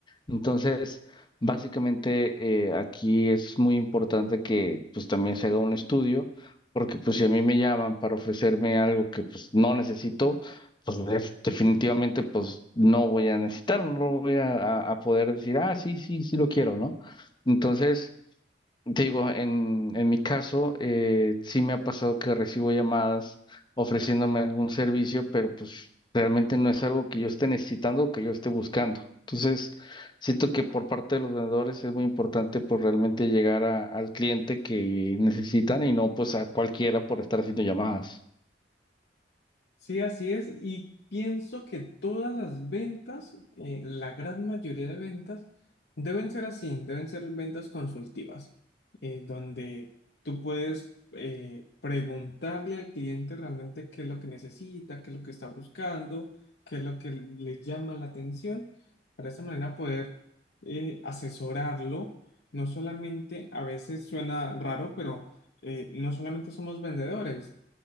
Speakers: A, on the left (about 25°); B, on the left (about 65°).
A: Entonces, básicamente eh, aquí es muy importante que pues también se haga un estudio, porque pues si a mí me llaman para ofrecerme algo que pues no necesito, pues def- definitivamente pues no voy a necesitar, no voy a, a a poder decir, ah, sí, sí, sí lo quiero, ¿no? Entonces, te digo, en, en mi caso, eh, sí me ha pasado que recibo llamadas ofreciéndome algún servicio, pero pues realmente no es algo que yo esté necesitando o que yo esté buscando. Entonces, siento que por parte de los vendedores es muy importante pues realmente llegar a- al cliente que necesitan y no pues a cualquiera por estar haciendo llamadas.
B: Sí, así es. Y pienso que todas las ventas, eh, la gran mayoría de ventas, deben ser así, deben ser ventas consultivas, eh, donde tú puedes eh, preguntarle al cliente realmente qué es lo que necesita, qué es lo que está buscando, qué es lo que le llama la atención, para de esa manera poder eh, asesorarlo. No solamente, a veces suena raro, pero eh, no solamente somos vendedores